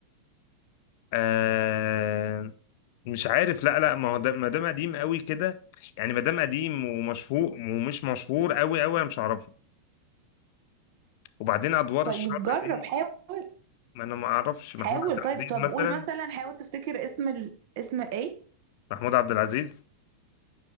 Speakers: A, on the left; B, on the right.
A: آه مش عارف لا لا ما هو ده ما دام قديم قوي كده يعني ما دام قديم ومشهور ومش مشهور قوي قوي أنا مش هعرفه وبعدين ادوار
B: طيب
A: الشر
B: جرب
A: دي
B: حاول
A: ما انا ما اعرفش محمود
B: حاول
A: عبد العزيز
B: طيب طب
A: مثلا
B: قول مثلا حاول تفتكر اسم ال... اسم ايه
A: محمود عبد العزيز